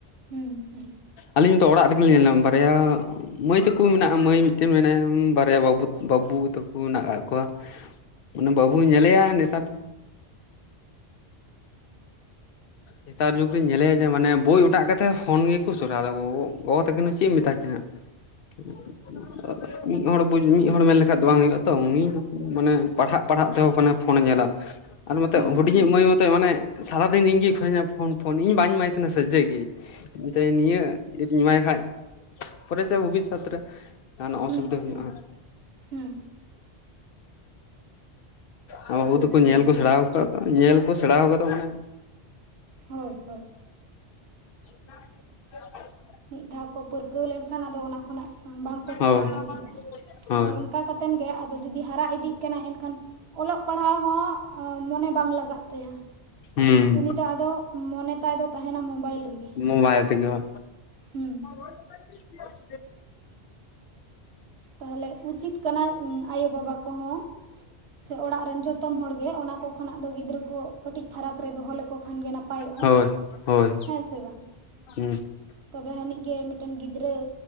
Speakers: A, on the right; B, on the left.
A: ᱦᱩᱸ ᱦᱩᱸ᱾
B: ᱟᱹᱞᱤᱧ ᱱᱤᱛᱚᱜ ᱚᱲᱟᱜ ᱨᱮᱜᱮᱞᱤᱧᱦᱮᱞᱮᱱᱟ ᱵᱟᱨᱭᱟ ᱢᱟᱹᱭ ᱛᱟᱠᱚ ᱢᱮᱱᱟᱜ ᱢᱟᱹᱭ ᱢᱤᱫᱴᱮᱱ ᱢᱮᱱᱟᱭᱟ, ᱵᱟᱨᱭᱟ ᱵᱟᱹᱵᱩ ᱵᱟᱹᱵᱩ ᱛᱟᱠᱚ ᱢᱮᱱᱟᱜ ᱠᱟ ᱠᱚᱣᱟ᱾ ᱚᱱᱮ ᱵᱟᱹᱵᱩᱭ ᱧᱮᱞᱮᱭᱟ ᱱᱮᱛᱟᱨ ᱱᱮᱛᱟᱨ ᱡᱩᱜᱽ ᱨᱮᱧ ᱧᱮᱞᱮᱭᱟ ᱡᱮ ᱢᱟᱱᱮ ᱵᱳᱭᱚᱴᱟᱜ ᱠᱟᱛᱮᱫ ᱯᱷᱳᱱ ᱜᱮᱠᱚ ᱥᱚᱨᱟᱫᱟᱠᱚ ᱜᱚ-ᱵᱟᱵᱟ ᱛᱟᱹᱠᱤᱱ ᱫᱚ ᱪᱮᱫ ᱮᱢ ᱢᱮᱛᱟᱠᱤᱱᱟ? <unintelligible> ᱢᱤᱫ ᱦᱚᱲ ᱵᱩᱡ ᱢᱤᱫ ᱦᱚᱲ ᱢᱮᱱᱞᱮᱠᱷᱟᱱ ᱫᱚ ᱵᱟᱝ ᱦᱩᱭᱩᱜᱼᱟ ᱛᱚ, ᱩᱱᱤ ᱢᱟᱱᱮ ᱯᱟᱲᱦᱟᱜ ᱯᱟᱲᱦᱟᱜ ᱛᱮᱦᱚᱸ ᱢᱟᱱᱮ ᱯᱷᱳᱱᱮ ᱧᱮᱞᱟ, ᱟᱨ ᱢᱟᱛᱚ
A: ᱦᱮᱸ
B: ᱦᱩᱰᱤᱧᱤᱡ
A: ᱦᱮᱸ
B: ᱢᱟᱹᱭ ᱢᱟᱛᱚᱭ ᱢᱟᱱᱮ ᱥᱟᱨᱟᱫᱤᱱ ᱤᱧᱜᱮ ᱢᱮᱛᱟᱹᱧᱟ ᱯᱷᱳᱱ ᱯᱷᱳᱱ ᱤᱧ ᱵᱟᱹᱧ ᱮᱢᱟᱭ ᱛᱟᱦᱮᱱᱟ ᱥᱟᱡᱮ ᱜᱮ, ᱢᱮᱛᱟᱤᱧ ᱱᱤᱭᱟᱹ ᱪᱤᱠᱟᱹᱛᱤᱧ ᱮᱢᱟᱭ ᱠᱷᱟᱡ ᱯᱚᱨᱮ ᱛᱮ ᱵᱷᱚᱵᱤᱥᱚᱛ ᱨᱮ, ᱡᱟᱦᱟᱸᱱᱟᱜ
A: ᱦᱮᱸ
B: ᱚᱥᱩᱵᱤᱫᱷᱟ
A: ᱦᱮᱸ ᱦᱩᱸ ᱦᱩᱸ ᱦᱩᱸ
B: ᱦᱩᱭᱩᱜᱼᱟ
A: ᱦᱩᱸ
B: ᱦᱟᱹᱜ᱾
A: ᱦᱩᱸ
B: ᱵᱟᱹᱵᱩ
A: ᱦᱩᱭᱩᱜ
B: ᱛᱟᱠᱚ
A: ᱜᱮᱭᱟ
B: ᱧᱮᱞ ᱠᱚ
A: ᱦᱳᱭ
B: ᱥᱮᱬᱟ ᱟᱹᱠᱟᱫ ᱧᱮᱞ ᱠᱚ ᱥᱮᱬᱟ ᱟᱠᱟᱫᱟ ᱢᱟᱱᱮ
A: ᱦᱳᱭ ᱦᱳᱭ।
B: <unintelligible>
A: ᱢᱤᱫ ᱫᱷᱟᱣ ᱠᱚ ᱯᱟᱹᱨᱠᱟᱹᱣ ᱞᱮᱱᱠᱷᱟᱱ ᱟᱫᱚ ᱚᱱᱟ ᱠᱷᱚᱱᱟᱜ, ᱵᱟᱝᱠᱚ
B: ᱦᱳᱭ
A: ᱪᱷᱟᱰᱟᱜ ᱞᱟᱹᱜᱤᱫᱚᱜᱼᱟ᱾
B: ᱦᱳᱭ
A: ᱟᱫᱚ ᱚᱱᱠᱟᱠᱟᱛᱮᱱ ᱜᱮ ᱟᱫᱚ ᱡᱩᱫᱤ ᱦᱟᱨᱟ ᱤᱫᱤᱜ ᱠᱟᱱᱟ ᱮᱱᱠᱷᱟᱱ ᱚᱞᱚᱜ ᱯᱟᱲᱦᱟᱜ ᱦᱚᱸ ᱢᱚᱱᱮ ᱵᱟᱝ ᱞᱟᱜᱟᱜ ᱛᱟᱭᱟ᱾
B: ᱦᱮᱸ᱾
A: ᱩᱱᱤ ᱫᱚ ᱟᱫᱚ, ᱢᱚᱱᱮ ᱛᱟᱭ ᱫᱚ ᱛᱟᱦᱮᱱᱟ ᱢᱚᱵᱟᱭᱤᱞ ᱨᱮᱜᱮ᱾
B: ᱢᱳᱵᱟᱭᱤᱞ ᱛᱮᱜᱮ ᱵᱟ᱾
A: ᱦᱩᱸ᱾
B: <unintelligible>
A: ᱛᱟᱦᱚᱞᱮ ᱩᱪᱤᱛ ᱠᱟᱱᱟᱭ ᱟᱭᱳᱼᱵᱟᱵᱟ ᱠᱚᱦᱚᱸ, ᱥᱮ ᱚᱲᱟᱜ ᱨᱮᱱ ᱡᱚᱛᱚᱢ ᱦᱚᱲ ᱜᱮ ᱚᱱᱟ ᱠᱚ ᱠᱷᱚᱱᱟᱜ ᱫᱚ ᱜᱤᱫᱽᱨᱟᱹ ᱠᱚ ᱠᱟᱹᱴᱤᱡ ᱯᱷᱟᱨᱟᱠ ᱨᱮ ᱫᱚᱦᱚ ᱞᱮᱠᱚ ᱠᱷᱟᱱ ᱜᱮ ᱱᱟᱯᱟᱭᱚᱜᱼᱟ,
B: ᱦᱳᱭ ᱦᱳᱭ
A: ᱦᱮᱸ ᱥᱮ ᱵᱟᱝ?
B: ᱦᱩᱸ᱾
A: ᱛᱚᱵᱮ ᱟᱹᱱᱤᱡ ᱜᱮ, ᱢᱤᱫᱴᱮᱱ ᱜᱤᱫᱽᱨᱟᱹ